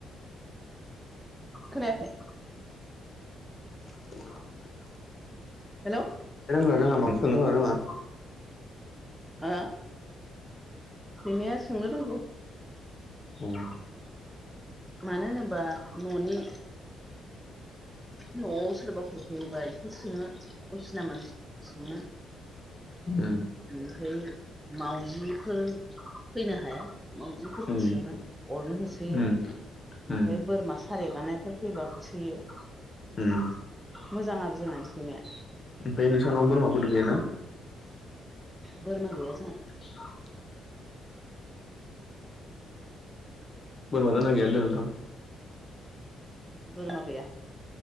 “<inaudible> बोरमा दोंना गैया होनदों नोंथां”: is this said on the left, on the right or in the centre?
Left